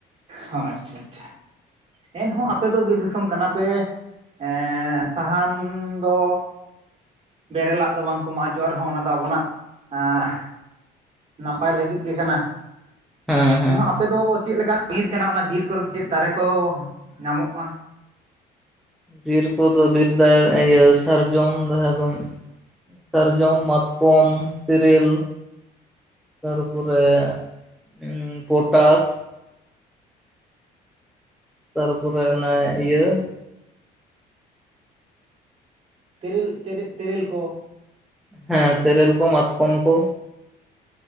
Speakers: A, on the right; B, in the centre.
A: ᱦᱚᱸ ᱟᱪᱪᱷᱟ-ᱟᱪᱪᱷᱟ, ᱮᱱᱦᱚᱸ ᱟᱯᱮ ᱫᱚ ᱵᱤᱨ ᱫᱤᱥᱚᱢ ᱠᱟᱱᱟ ᱯᱮ ᱮᱸᱻ ᱥᱟᱦᱟᱱ ᱫᱚᱻ ᱵᱮᱨᱮᱞᱟᱜ ᱫᱚ ᱵᱟᱝ ᱠᱚ ᱢᱟᱜ ᱦᱚᱪᱚᱜᱣᱟᱜ ᱨᱮᱦᱚᱸ ᱚᱱᱟ ᱫᱚ ᱟᱵᱚᱱᱟᱜ ᱟᱸ ᱱᱟᱯᱟᱭ ᱞᱟᱹᱜᱤᱫ ᱜᱮ ᱠᱟᱱᱟ,
B: ᱦᱮᱸ ᱦᱮᱸ
A: ᱮᱱᱦᱚᱸ ᱟᱯᱮ ᱫᱚ ᱪᱮᱫᱞᱮᱠᱟ ᱵᱤᱨ ᱠᱟᱱᱟ ᱚᱱᱟ ᱵᱤᱨ ᱠᱚᱨᱮ ᱫᱚ ᱪᱮᱫ ᱫᱟᱨᱮ ᱠᱚ ᱧᱟᱢᱚᱜᱼᱟ?
B: ᱵᱤᱨ ᱠᱚᱫᱚ ᱵᱤᱨ ᱫᱟᱨ ᱤᱭᱟᱹ ᱥᱟᱨᱡᱚᱢ ᱫᱚ ᱮᱠᱫᱚᱢ ᱥᱟᱨᱡᱚᱢ, ᱢᱟᱛᱠᱚᱢ, ᱛᱤᱨᱤᱞ, ᱛᱟᱨᱯᱚᱨᱮ ᱮᱢᱸ ᱯᱚᱴᱟᱥ ᱛᱟᱨᱯᱚᱨᱮ ᱚᱱᱟ ᱤᱭᱟᱹ
A: ᱛᱮᱨᱤᱞ-ᱛᱮᱨᱤ-ᱛᱮᱨᱤᱞ ᱠᱚ᱾
B: ᱦᱮᱸ ᱛᱮᱨᱮᱞ ᱠᱚ ᱢᱟᱛᱠᱚᱢ ᱠᱚ᱾